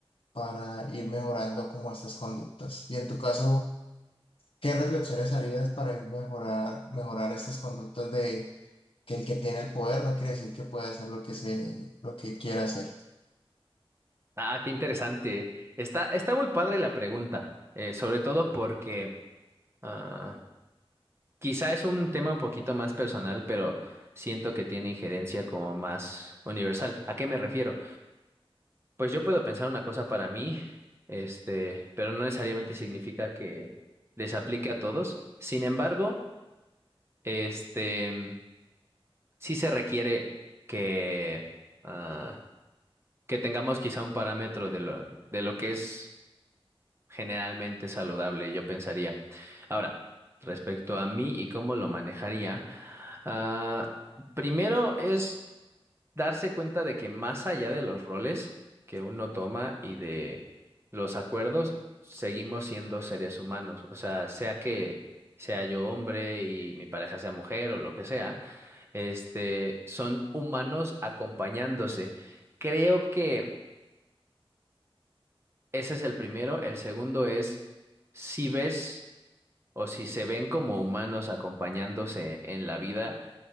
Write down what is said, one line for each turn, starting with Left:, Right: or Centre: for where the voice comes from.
Left: para ir mejorando como estas conductas. Y en tu caso, ¿qué reflexiones harías para ir mejorar, mejorar estas conductas de que el que tiene el poder no quiere decir que puede hacer lo que se, lo que quiera hacer?
Right: Ah, qué interesante. Está, está muy padre la pregunta, eh, sobre todo porque ah, quizá es un tema un poquito más personal, pero siento que tiene injerencia como más universal. ¿A qué me refiero? Pues yo puedo pensar una cosa para mí, este, pero no necesariamente significa que les aplique a todos. Sin embargo, este, mm, sí se requiere que, ah, que tengamos quizá un parámetro de lo, de lo que es generalmente saludable, yo pensaría. Ahora, respecto a mí y cómo lo manejaría, ah, primero es darse cuenta de que más allá de los roles que uno toma y de los acuerdos, seguimos siendo seres humanos. O sea, sea que sea yo hombre y mi pareja sea mujer o lo que sea, este, son humanos acompañándose. Creo que ese es el primero. El segundo es si ves o si se ven como humanos acompañándose en la vida,